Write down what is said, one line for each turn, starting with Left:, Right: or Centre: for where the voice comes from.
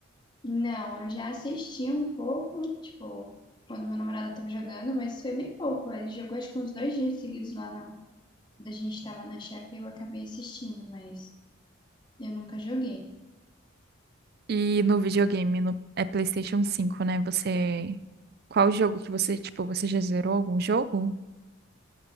Left: Não, eu já assisti um pouco, tipo, quando meu namorado tava jogando, mas foi bem pouco. Ele jogou acho que uns dois dias seguidos lá na. Quando a gente tava na chácara, e eu acabei assistindo, mas eu nunca joguei.
Right: E no videogame, no, é PlayStation 5, né? Você. Qual jogo que você, tipo, você já zerou algum jogo?